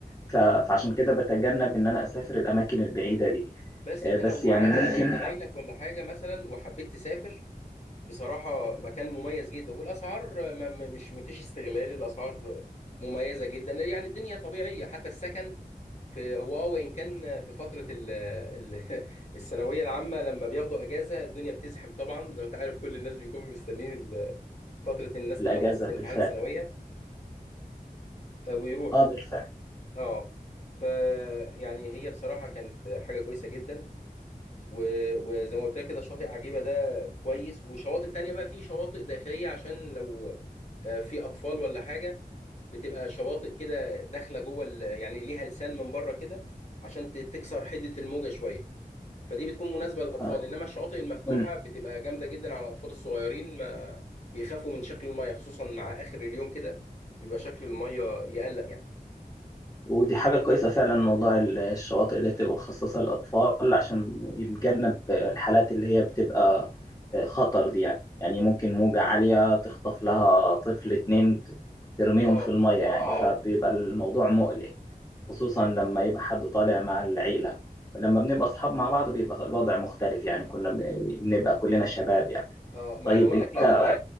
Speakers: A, on the left; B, on the left.
A: ف- فعشان كده بتجنب ان انا اسافر الاماكن البعيده دي
B: بس
A: آه،
B: أنت
A: بس
B: لو معاك
A: يعني ممكن
B: زمايلك ولا حاجة مثلا وحبيت تسافر بصراحة مكان مميز جدا والأسعار ما ما- مش ما فيش استغلال الأسعار مميزة جدا يعني الدنيا طبيعية حتى السكن في هو اه وإن كان في فترة ال ال <laughs> الثانوية العامة لما بياخدوا أجازة الدنيا بتزحم طبعا زي ما أنت عارف كل الناس بيكونوا مستنين ال- فترة إن الناس
A: الاجازه
B: تخلص
A: بالفعل
B: امتحانات الثانوية آه، ويروحوا
A: اه بالفعل
B: اه ف يعني هي بصراحة كانت حاجة كويسة جدا و- وزي ما قلت لك كده شاطئ عجيبة ده كويس وشواطئ تانية بقى في شواطئ داخلية عشان لو آه، في أطفال ولا حاجة بتبقى شواطئ كده داخلة جوه ال- يعني ليها لسان من بره كده عشان ت- تكسر حدة الموجة شوية فدي بتكون مناسبة للأطفال
A: آه،
B: إنما الشواطئ المفتوحة
A: ون-
B: بتبقى جامدة جدا على الأطفال الصغيرين ما بيخافوا من شكل المية خصوصا مع آخر اليوم كده بيبقى شكل المية يقلق يعني
A: ودي حاجه كويسه فعلا موضوع ال- الشواطئ اللي بتبقى مخصصه للاطفال عشان يتجنب آه، الحالات اللي هي بتبقى آه، خطر دي يعني يعني ممكن موجه عاليه تخطف لها طفل اتنين ت- ترميهم
B: اه
A: في الميه يعني فبيبقى الموضوع مقلق خصوصا لما يبقى حد طالع مع العيلة لما بنبقى أصحاب مع بعض بيبقى الوضع مختلف يعني كنا ب- بنبقى كلنا شباب يعني
B: اه ما
A: طيب
B: انا بقول
A: أنت
B: لك لو انت